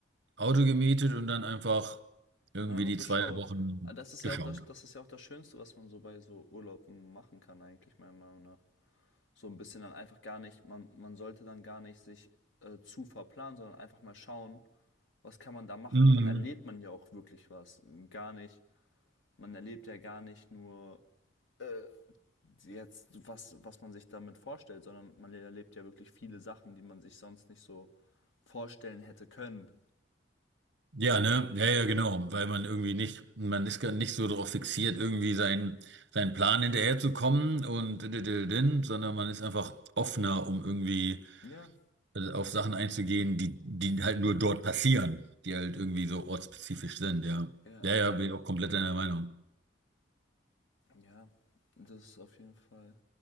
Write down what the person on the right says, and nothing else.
Auto gemietet und dann einfach irgendwie
die
zwei Wochen
geschaut.
Mhm.
Ja, ne? Ja, ja, genau. Weil man irgendwie nicht, man ist gar nicht so darauf fixiert, irgendwie seinen, seinen Plan hinterherzukommen und diddididdin, sondern man ist einfach offener, um irgendwie
äh, auf Sachen einzugehen, die, die halt nur dort passieren, die halt irgendwie so ortsspezifisch sind, ja.
Ja, ja, bin ich auch komplett deiner Meinung.